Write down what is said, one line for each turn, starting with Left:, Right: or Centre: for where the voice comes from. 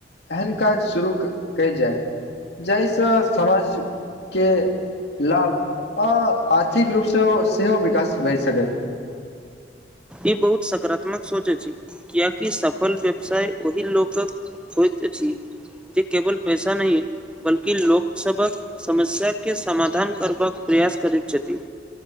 Left: एहन काज शुरू कय जाय जाइ स समाज के लाभ आ आर्थिक रूप स ओ सेहो विकास भय सकै।
Centre: ई बहुत सकारात्मक सोच अछि, कियाकि सफल व्यवसाय ओही लोकक होइत अछि, जे केवल पैसा नहि बल्कि लोक सबहक समस्या के, समाधान करबाक प्रयास करैत छथि।